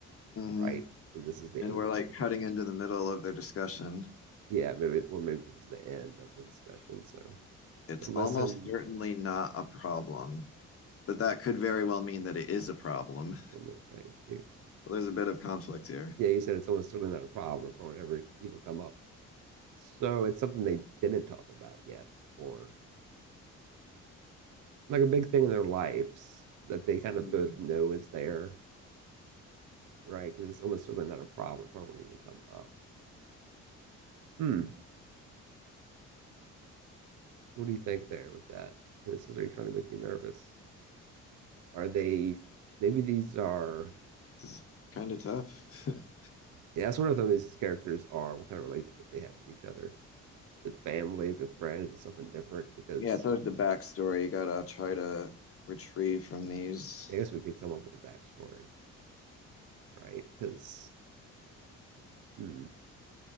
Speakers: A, on the left; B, on the right.
A: hmm
B: right? And this is the
A: And
B: end
A: we're
B: of the
A: like
B: conversation.
A: cutting into the middle of their discussion.
B: Yeah, maybe or maybe this is the end of the discussion. So
A: It's
B: So listen,
A: almost certainly
B: yeah,
A: not a problem, but that could very well mean that it is a problem.
B: one more thing. Shoot.
A: <laughs> there's a bit of conflict here.
B: Yeah, you said it's almost certainly not a problem. It won't ever even come up. So it's something they didn't talk about yet, or like a big thing in their lives that they kind
A: hmm
B: of both know is there, right? Because it's almost certainly not a problem. It probably won't even come up. Hmm. What do you think there with that? And it says, Are you trying to make me nervous? Are they, maybe these are,
A: This is kind of tough. <laughs>
B: yeah, that's one of them. These characters are what kind of relationship they have with each other. Is it family? Is it friends? Is it something different? Because
A: Yeah. It's always the backstory. You gotta try to retrieve from these.
B: I guess we could come up with a backstory, right? Because, hmm.